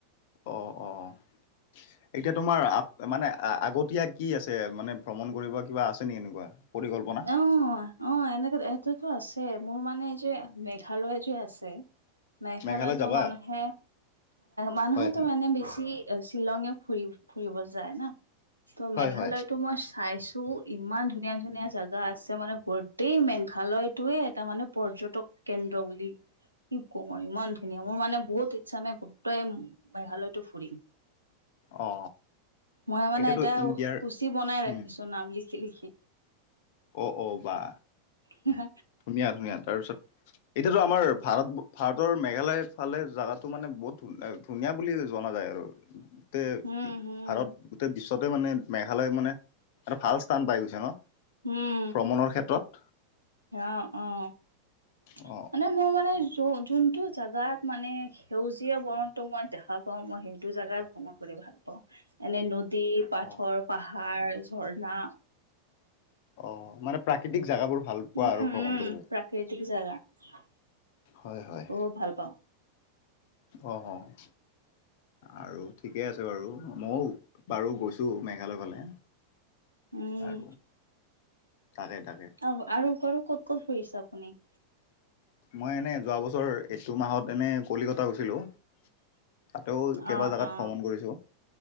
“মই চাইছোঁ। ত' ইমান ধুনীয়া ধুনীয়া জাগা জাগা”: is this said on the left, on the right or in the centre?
Right